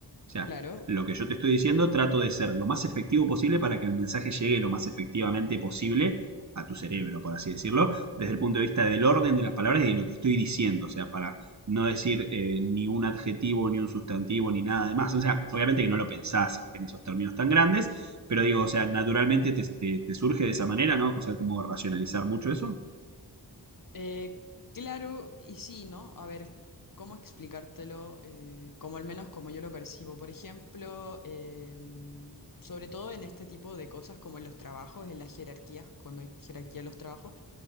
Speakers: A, on the right; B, on the left.
A: O sea,
B: Claro,
A: lo que yo te estoy diciendo trato de ser lo más efectivo posible para que el mensaje llegue lo más efectivamente posible a tu cerebro, por así decirlo, desde el punto de vista del orden de las palabras y de lo que estoy diciendo, o sea, para no decir eh, ni un adjetivo, ni un sustantivo, ni nada de más. O sea, obviamente que no lo pensás en esos términos tan grandes, pero digo, o sea, naturalmente te, te, te surge de esa manera, ¿no? O sea, ¿cómo racionalizar mucho eso.
B: eh, claro, y sí, ¿no? A ver, ¿cómo explicártelo? Eh, como al menos como yo lo percibo. Por ejemplo, em, sobre todo en este tipo de cosas como en los trabajos, en las jerarquías, cuando hay jerarquía en los trabajos.